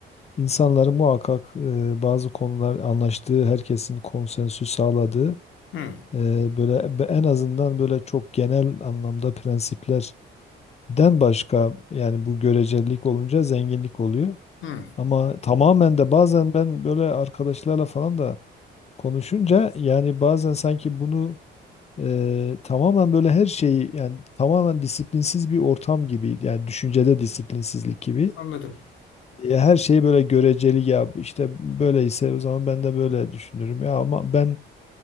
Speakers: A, on the left (about 35°); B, on the left (about 80°).
A: insanların muhakkak e, bazı konular anlaştığı, herkesin konsensüs sağladığı
B: hı,
A: Eee, böyle be- en azından böyle çok genel anlamda prensiplerden başka yani bu görecelik olunca zenginlik oluyor.
B: hı.
A: Ama tamamen de bazen ben böyle arkadaşlarla falan da konuşunca yani bazen sanki bunu eee, tamamen böyle her şeyi yani tamamen disiplinsiz bir ortam gibi yani düşüncede disiplinsizlik gibi.
B: Anladım.
A: Ya Her şeyi böyle göreceli ya işte böyleyse o zaman ben de böyle düşünürüm ya ama ben e,